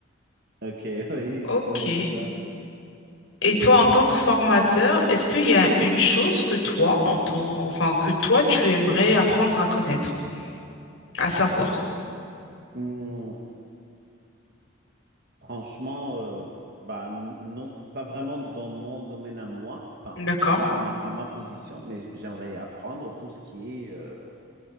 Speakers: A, on the right (about 55°); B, on the left (about 80°).
A: Ok, <laughs> oui,
B: Ok.
A: oui,
B: Et
A: c'est ça.
B: toi, en tant que formateur, est-ce qu'il y a une chose que toi, en tant, enfin, que toi, tu aimerais apprendre à connaître, à savoir?
A: Hmm. Franchement, euh, bah, n- non, pas vraiment dans mon domaine à moi, enfin,
B: D'accord,
A: ou pas à ma, à ma position, mais j'aimerais apprendre tout ce qui est euh,